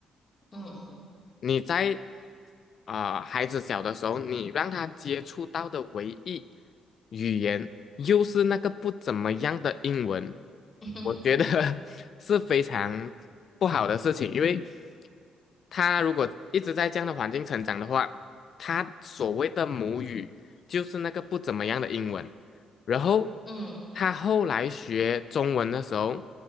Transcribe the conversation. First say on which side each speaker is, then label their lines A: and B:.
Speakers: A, on the left; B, on the left.
A: 嗯
B: 你在啊、呃孩子小的时候，你让他接触到的唯一。语言，又是那个不怎么样的英文，
A: <laughs>
B: 我觉得 <laughs> 是非常不好的事情，因为他如果一直在这样的环境成长的话，他所谓的母语就是那个不怎么样的英文，然后
A: 嗯
B: 他后来学中文的时候，